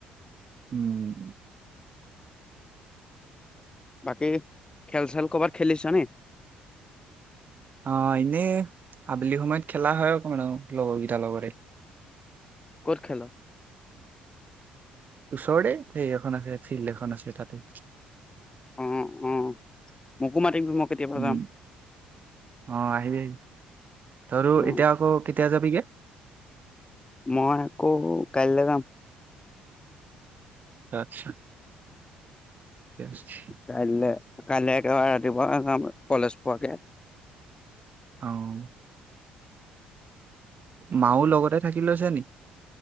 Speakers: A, on the right; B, on the left.
A: উম।
B: বাকী খেল চেল কৰ'বাত খেলিছ নি?
A: অ', এনে আবেলি সময়ত খেলা হয় অকমান লগৰ কেইটাৰ লগৰে।
B: ক'ত খেল?
A: ওচৰে সেই এখন আছে ফিল্ড এখন আছে তাতেই।
B: অ', অ' মোকো মাতিবি মই কেতিয়াবা
A: উম,
B: যাম।
A: অ', আহিবি আহিবি তৰো
B: অ',
A: এতিয়া আকৌ কেতিয়া যাবিগে?
B: মই আকৌ কাইলৈ যাম।
A: আচ্ছা। ঠিকেই আছে।
B: কাইলৈ কাইলৈ একেবাৰে ৰাতিপুৱা যাম আৰু কলেজ পোৱাকে।
A: অ'। মাঁ লগতে থাকি লৈছে নেকি?